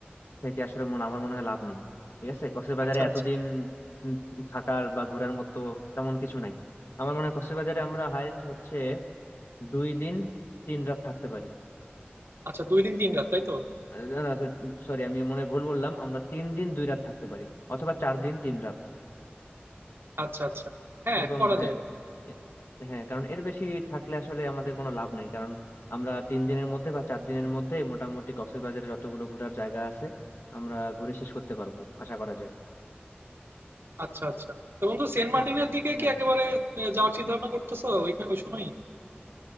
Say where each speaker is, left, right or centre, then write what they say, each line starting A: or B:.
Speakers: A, on the left; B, on the right.
A: থেকে আসলে মনে আমার মনে হয় লাভ নেই ঠিক আছে কক্সবাজারে
B: আচ্ছা,
A: এতদিন
B: আচ্ছা।
A: উম থাকার বা ঘোরার মতো তেমন কিছু নাই আমার মনে হয় কক্সবাজারে আমরা হায়েস্ট হচ্ছে দুই দিন তিন রাত থাকতে পারি
B: আচ্ছা ২ দিন ৩ রাত, তাই তো?
A: আহ, না না সরি আমি মনে হয় ভুল বললাম আমরা তিন দিন দুই রাত থাকতে পারি অথবা চার দিন তিন রাত
B: আচ্ছা, আচ্ছা। হ্যাঁ,
A: এরকম
B: করা
A: হ্যাঁ
B: যায়।
A: এ- হ্যাঁ কারণ এর বেশি থাকলে আসলে আমাদের কোনো লাভ নেই কারণ আমরা তিন দিনের মধ্যে বা চার দিনের মধ্যে মোটামুটি কক্সবাজারে যতগুলো ঘোরার জায়গা আছে আমরা ঘুরে শেষ করতে পারবো আশা করা যায়
B: আচ্ছা, আচ্ছা। তো বন্ধু সেন্ট
A: বুঝছো
B: মার্টিনের দিকে
A: হ্যাঁ
B: কি একেবারে এ যাওয়ার চিন্তাভাবনা করতেছো ওইখানে ওই সময়ই? নাকি?